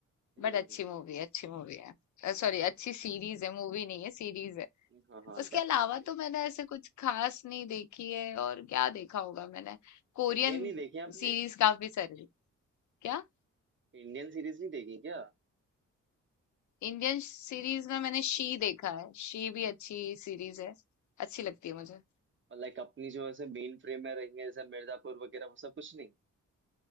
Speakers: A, on the right (about 40°); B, on the left (about 70°).
A: हम्म
B: बट अच्छी मूवी है अच्छी मूवी है सॉरी अच्छी सीरीज है मूवी नहीं है सीरीज है
A: हम्म, हाँ हाँ
B: उसके
A: डेफिनेटली
B: अलावा तो मैंने ऐसे कुछ खास नहीं देखी है और क्या देखा होगा मैंने कोरियन
A: इंडियन नहीं देखे आपने
B: सीरीज काफी सारी क्या
A: इंडियन सीरीज नहीं देखी क्या
B: इंडियन सीरीज में मैंने शी देखा है शी भी अच्छी सीरीज है अच्छी लगती है मुझे
A: और लाइक अपनी जो ऐसे मेन फ्रेम में रही है जैसे मिर्जापुर वगैरह वो सब कुछ नहीं